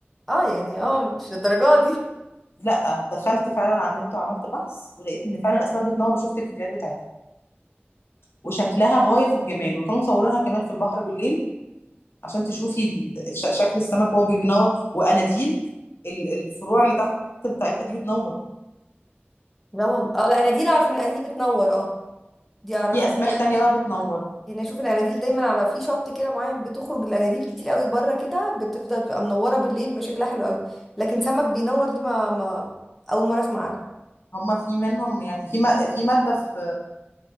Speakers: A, in the centre; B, on the left (about 75°).
A: اه يعني اه مش للدرجه دي
B: لا دخلت فعلا على النت وعملت بحث ولقيت ان فعلا الاسماك بتنور وشفت الفيديوهات بتاعتها وشكلها غايه في الجمال وكانوا مصورينها كمان في البحر بالليل عشان تشوفي ال- ش- شكل السمك وهو بينور واناديل ال- الفروع اللي تحت بتاعتها دي بتنور
A: لا والله اه لا انا دي اللي اعرف ان دي بتنور اه دي اعرفها
B: في اسماك تانية بقى بتنور
A: يعني اشوف الاناديل دايما على في شط كده معين بتخرج الاناديل كتير قوي بره كده بتفضل بتبقى منوره بالليل بيبقى شكلها حلو قوي لكن سمك بينور دي ما, ما اول مره اسمع عنها
B: هما في منهم يعني في م- في ماده في